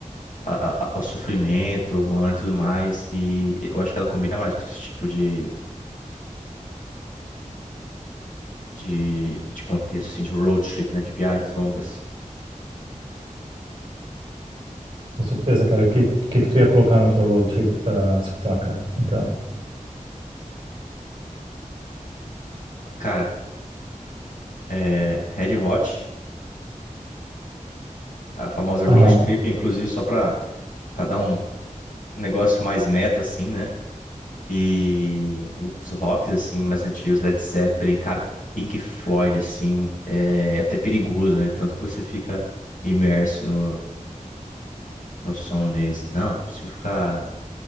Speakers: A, on the left (about 75°); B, on the right (about 40°).
A: a- a- ao sofrimento humano e tudo mais, e eu acho que ela combina mais com esse tipo de, de, de contexto, assim, de road trip, né, de viagens longas.
B: Com certeza, cara. O que, que que tu ia colocar na tua road trip pra escutar, cara? Então.
A: Cara, é, Red Hot, a famosa road
B: Aham.
A: trip, inclusive só pra, pra dar um negócio mais meta, assim, né? E os rocks, assim, mais antigos, Led Zeppelin, cara, Pink Floyd, assim, é é até perigoso, né? Tanto que você fica imerso no, no som deles. Não, consigo ficar